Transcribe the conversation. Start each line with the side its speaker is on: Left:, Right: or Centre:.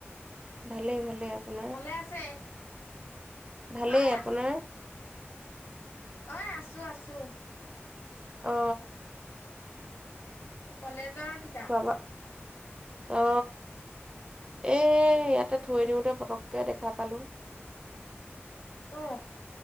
Right: ভালেই ভালেই আপোনাৰ
Left: ভালে আছে
Right: ভালেই
Left: ঐ
Right: আপোনাৰ
Left: অ আছো আছো
Right: অ অ
Left: কলেজৰ কিতাপ।
Right: খোৱা বোৱা অ এ ইয়াতে
Left: অ'
Right: থৈ দিওঁতে পটককে দেখা পালো।
Left: অ